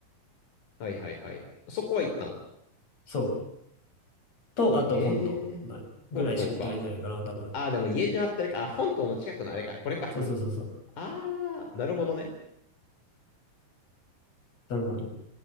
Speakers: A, on the left; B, on the left.
A: はいはいはい。そこは行ったの。
B: そう。と、あと、
A: へえ。
B: 本島まあぐらいしか行ってないんじゃないかな、
A: 本島か。
B: 多分。
A: ああ、でも家島ってあれか。あ、本島の近くのあれか。これか。
B: そうそうそうそう。
A: ああ、なるほどね。
B: その方に。